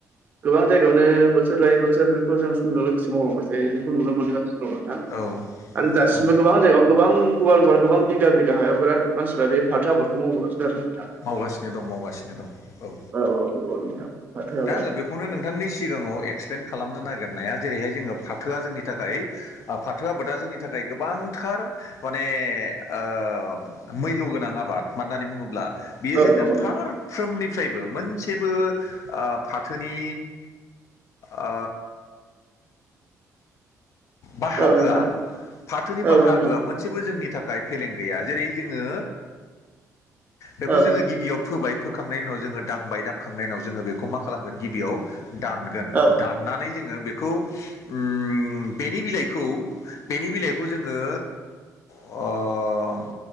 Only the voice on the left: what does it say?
औ। नोंथां
औ
मावगासिनो दं मावगासिनो दं औ
दा आंङो बे खौनो नोंथांनि सिगाङाव एक्सप्लेन खालामनो नागिरनाया जेरैहाय जोङो फाथोआ जोंनि थाखाय आफाद फाथो आबादा जोंनि थाखाय गोबांथार माने ओ मैल्य गोनां आबाद मानो होननानै बुङोब्ला बियो
जोंनो
फारफ्रोम
निफ्रायबो मोनसेबो ओ फाथोनि ओ बाहागोआ
फाथोनि
बाहागोआ
मोनसेबो जोंनि थाखाय फेलें गैया जेरै जोङो बेखौ
जोङो गिबियाव फोबाय फोखांनायनि उनाव जोङो दांबाय दांखांनायनि उनाव जोङो बेखौ मा खालामोन गिबियाव दानगोन
दान नानै जोङो बेखौ उम बेनि बिलाइखौ बेनि बिलाइखौ जोङो ओ